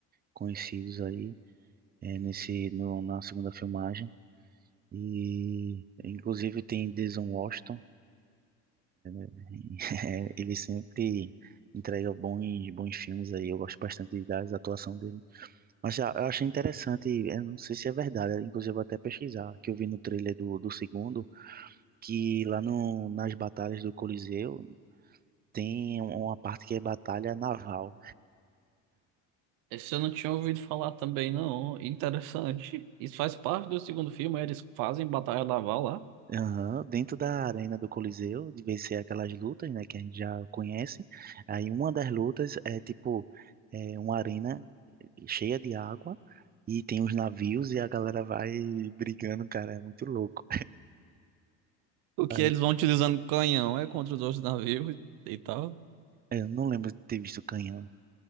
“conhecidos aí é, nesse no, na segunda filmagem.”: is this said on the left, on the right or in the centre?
Right